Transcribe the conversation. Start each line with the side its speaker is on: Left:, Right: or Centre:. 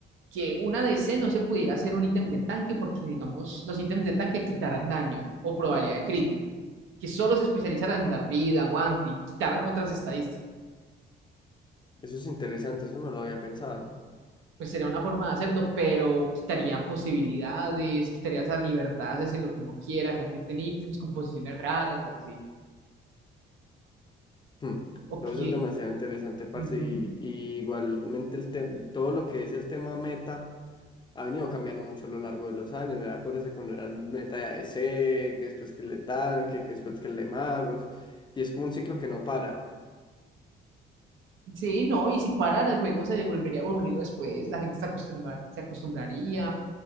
Right: que una DC no se pudiera hacer un ítem de tanque porque, digamos, los ítems de tanque quitaran daño o probabilidad de crítico. Que solo se especializaran en dar vida, aguante y quitaran otras estadísticas.
Left: Eso es interesante, eso no lo había pensado.
Right: pues sería una forma de hacerlo, pero quitaría posibilidades, quitaría esa libertad, hacerse lo que uno quiera realmente en ítems, composiciones raras y así.
Left: Hmm.
Right: Ok.
Left: Todo eso es demasiado interesante, parce,
Right: ujú.
Left: y, y igualmente el te- todo lo que es el tema meta ha venido cambiando mucho a lo largo de los años, ¿verdad? Acuérdese cuando era el meta de A D C que después que el de tanque, que después que el de magos, y es como un ciclo que no para,
Right: Sí, no, y si parara el juego se volvería aburrido después, la gente se acostumbra- se acostumbraría.